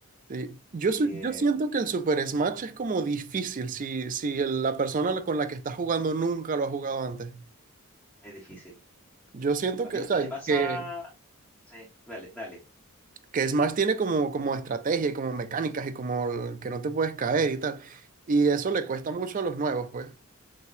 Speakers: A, on the right (about 35°); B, in the centre.
A: Sí. Yo,
B: eh,
A: su- yo siento que el Super Smash es como difícil si, si el- la persona la- con la que estás jugando nunca lo ha jugado antes.
B: es difícil.
A: Yo siento
B: A
A: que,
B: mí lo
A: o sea,
B: que me pasa,
A: que,
B: sí, dale, dale.
A: que Smash tiene como, como estrategia y como mecánicas y como el- que no te puedes caer y tal. Y eso le cuesta mucho a los nuevos, pues.